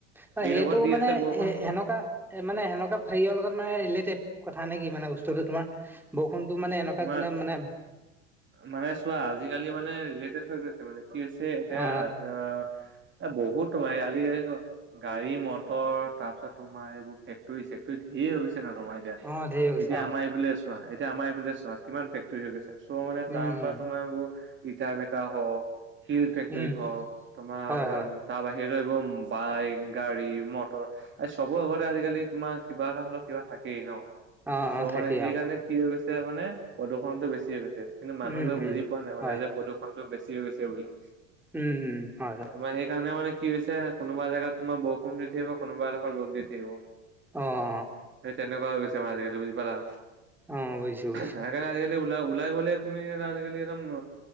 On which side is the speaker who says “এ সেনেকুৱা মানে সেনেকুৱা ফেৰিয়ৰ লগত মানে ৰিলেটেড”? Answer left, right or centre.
Centre